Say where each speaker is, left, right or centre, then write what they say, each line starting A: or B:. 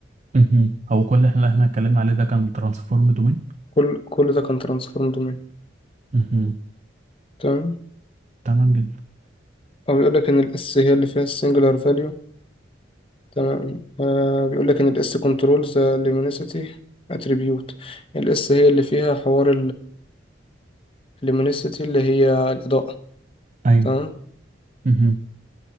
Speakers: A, on the right; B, on the left.
A: مهم. هو كل اللي احنا احنا اتكلمنا عليه ده كان ترانسفورم دومين
B: كل كل ده كان ترانسفورم دومين
A: مهم.
B: تمام
A: تمام جدا
B: هو بيقول لك ان الاس هي اللي فيها السنجلر فاليو تمام آه بيقول لك ان الاس كنترولز لومينيسيتي اتريبيوت الاس هي اللي فيها حوار اللومينيسيتي اللي هي الاضاءه
A: ايوه
B: تمام
A: مهم.